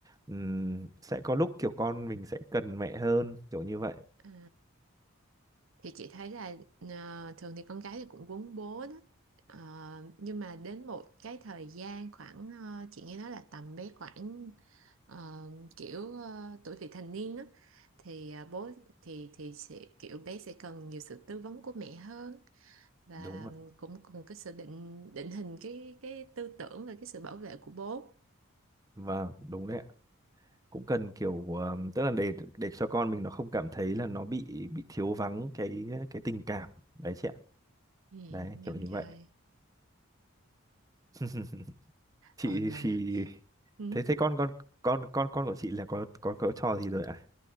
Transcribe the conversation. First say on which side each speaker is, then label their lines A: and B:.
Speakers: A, on the right (about 15°); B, on the right (about 70°).
A: ừm, sẽ có lúc kiểu con mình sẽ cần mẹ hơn kiểu như vậy
B: <laughs> à, thì chị thấy là ờ, thường thì con gái thì cũng quấn bố đó Ờ, nhưng mà đến một cái thời gian khoảng ờ, chị nghe nói là tầm bé khoảng ờ, kiểu ờ, tuổi vị thành niên á thì ờ, bố thì thì sẽ kiểu bé sẽ cần nhiều sự tư vấn của mẹ hơn và
A: đúng rồi
B: cũng cần cái sự định định hình cái cái tư tưởng và cái sự bảo vệ của bố
A: vâng đúng đấy ạ cũng cần kiểu ờm, tức là để để cho con mình nó không cảm thấy là nó bị bị thiếu vắng cái cái tình cảm đấy chị ạ
B: ừ,
A: đấy kiểu
B: đúng
A: như vậy
B: rồi
A: <laughs> chị
B: rồi mà
A: thì
B: ừ.
A: thế thế con con con con con của chị là có có có trò gì rồi ạ